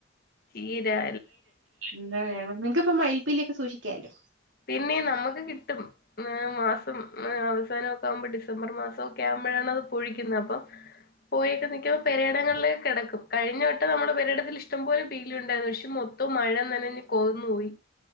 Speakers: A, on the left; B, on the right.
A: ചീരാ
B: എന്നാ വേണം നിങ്ങക്കപ്പൊ മയിൽപ്പീലിയൊക്കെ സൂക്ഷിക്കാലോ
A: പിന്നെ നമുക്ക് കിട്ടും മാസം അവസാനവൊ ക്കെ ആവുമ്പോ ഡിസംബർ മാസവൊക്കെ ആവുമ്പോഴാണ് അത് പൊഴിക്കുന്നത് അപ്പൊ പോയൊക്കെ നിക്കുമ്പോ പെരയിടങ്ങളിലൊക്കെ കിടക്കും കഴിഞ്ഞവട്ടം നമ്മുടെ പെരയിടത്തിൽ ഇഷ്ടം പോലെ പീലി ഉണ്ടായിരുന്നു പക്ഷെ മൊത്തം മഴ നനഞ്ഞ് കുതിർന്ന് പോയി